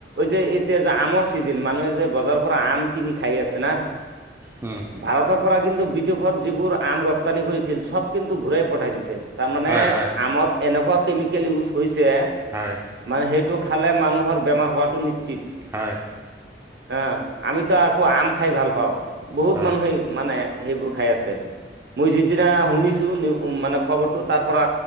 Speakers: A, on the right; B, on the right.
A: যে এতিয়া যে আমৰ চিজিন মানুহে যে বজাৰৰ পৰা আম কিনি খাই আছে না।
B: হয়
A: ভাৰতৰ পৰা কিন্তু বিদেশত যিবোৰ আম ৰপ্তানি কৰিছিল চব কিন্তু ঘূৰাই পঠাই দিছে। তাৰমানে
B: হয়
A: আমত এনেকুৱা কেমিকেল ইউজ হৈছে। যে
B: হয়
A: মানে সেইটো টো খালে মানুহৰ বেমাৰ হোৱাটো নিশ্চিত।
B: হয়।
A: অহ আমিতো আকৈ আম খাই ভাল পাওঁ। বহুত
B: হয়
A: মানুহেই মানে সেইবোৰ খাই আছে মই যিদিনা শুনিছো মানে খবৰটো তাৰ পৰা